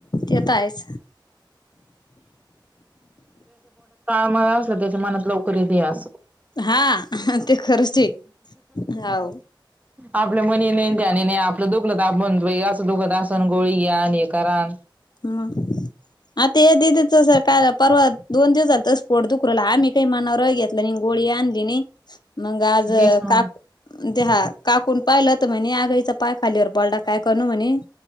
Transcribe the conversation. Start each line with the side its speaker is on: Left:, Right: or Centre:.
Left: तेत आहेच
Right: म अस त्याच्या मनात लवकर द अस
Left: हा ते खरच ते हवं
Right: आपल्या मणी नाही आणि ध्यानी नाही आपलं दुखलं त बई अस दुखदासन गोळी घ्या आणि हे करां
Left: हा आता या दीदी च स पाय ना पर्वा दोन दिवस झाल तर स्फोट दुखरला आमी काही मनावर घेतला नाही गोळी आणली नाही मग आज
Right: जेच मग
Left: काक देहा काकुन पाहिलं तर म्हणे आग हीचा पाय खालीवर पडला काय करण म्हणे